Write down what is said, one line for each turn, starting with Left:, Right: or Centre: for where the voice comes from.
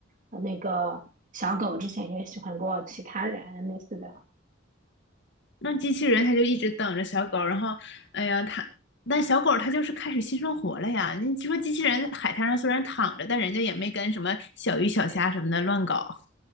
Right: 呃那个小狗之前也喜欢过其他人类似的。
Left: 那机器人它就一直等着小狗，然后，哎呀，它，但小狗它就是开始新生活了呀。你说机器人在海滩上虽然躺着，但人家也没跟什么小鱼小虾什么的乱搞。